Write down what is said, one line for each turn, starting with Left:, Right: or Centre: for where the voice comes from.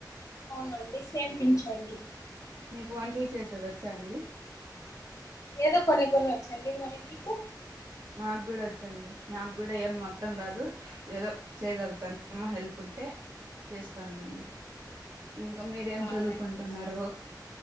Left: అవునండి సేమ్ పించ్ అండి
Right: మీకు వంటలు చేసేది వచ్చా అండి
Left: ఏదో కొన్ని కొన్ని వచ్చండి మరి మీకు
Right: నాకు కూడా వచ్చండి నాకు కూడా ఏం మొత్తం రాదు ఏదో చేయగలుగుతాను అమ్మ హెల్ప్ ఉంటే చేస్త తానండి ఇంకా మీరు
Left: అవునా
Right: ఏం చదువుకుంటున్నారు